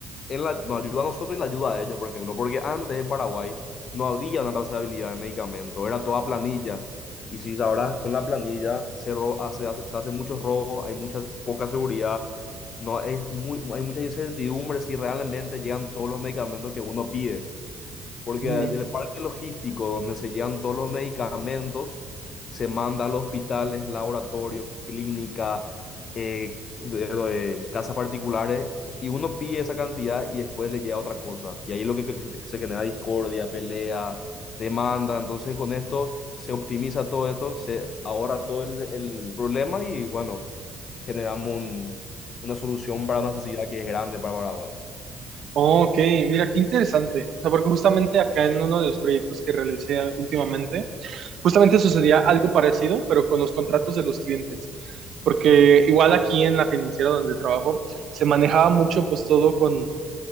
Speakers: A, on the left (about 50°); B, on the right (about 60°).
A: en la, nos ayuda a nosotros y la ayuda a ellos, por ejemplo, porque antes en Paraguay no había una trazabilidad de medicamentos, era toda planilla. Y si sabrás, con la planilla se, ro- hace, hace- se hacen muchos robos, hay mucha poca seguridad, no, es muy, hay mucha incertidumbre si realmente llegan todos los medicamentos que uno pide. Porque
B: Mm.
A: del parque logístico donde se llevan todos los medicamentos, se manda a los hospitales, laboratorios, clínica, eh, de- de casas particulares, y uno pide esa cantidad y después le llega otra cosa. Y ahí es lo que, que- que se genera discordia, pelea, demanda. Entonces con esto se optimiza todo esto, se ahorra todo el, el problema y bueno, generamos un- una solución para una necesidad que es grande para Paraguay.
B: Oh, ok, mira, qué interesante. O sea, porque justamente acá en uno de los proyectos que realicé últimamente, justamente sucedía algo parecido, pero con los contratos de los clientes. Porque igual aquí en la financiera donde trabajo, se manejaba mucho pues todo con